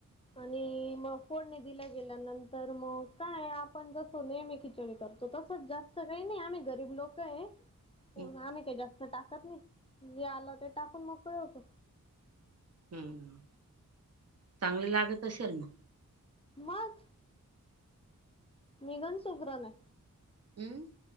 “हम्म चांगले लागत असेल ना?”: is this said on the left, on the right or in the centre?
Right